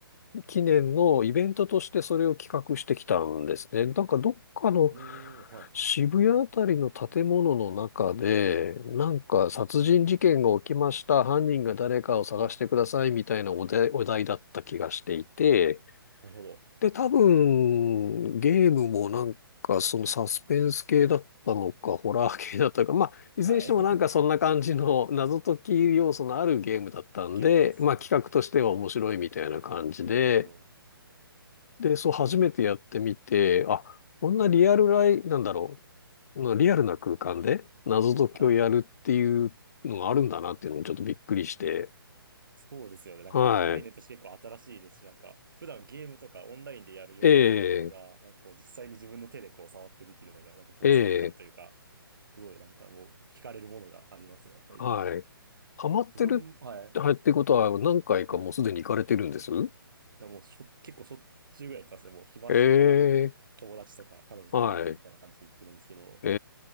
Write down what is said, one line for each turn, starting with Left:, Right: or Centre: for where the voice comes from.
Left: 記念のイベントとしてそれを企画してきたんですね。なんかどっかの
Right: もう、はい。
Left: 渋谷あたりの建物の中で、
Right: はい。
Left: なんか殺人事件が起きました。犯人が誰かを探してくださいみたいなお題、
Right: はい。
Left: お題だった気がしていて、
Right: なるほど。
Left: で、多分、ゲームもなんか、そのサスペンス系だったのか、ホラー系だったのか、まあ、いずれにしてもなんかそんな感じの謎解き要素のあるゲームだったんで、
Right: はい。<laughs> ゲームだったんです。
Left: まあ企画としては面白いみたいな感じで、
Right: なるほど。おー。
Left: で、そう初めてやってみて、あ、こんなリアルライ、
Right: はい。
Left: なんだろう、なリアルな空間で謎解きをやるっていうのがあるんだなっていうのにちょっとびっくりして、
Right: はい。そうですよね。なんか、
Left: はい。
Right: 概念として結構新しいですし、なんか、普段ゲームとかオンラインでやるような内容が、
Left: ええ
Right: なんかこう、実際に自分の手でこう、触ってできるのが、なんか没入感というか、
Left: ええ
Right: すごいなんかもう惹かれるものがありますね、やっぱり。
Left: はい。ハマってるって、
Right: 自分も、はい、
Left: はい、ってことは何回かもうすでに行かれてるんです
Right: はい。いやもうしょ、結構しょっちゅうぐらい行ってますね。もう暇してたら
Left: ええ
Right: 友達とか彼女とかと行くみたいな感じで行ってるんですけど、
Left: はい。え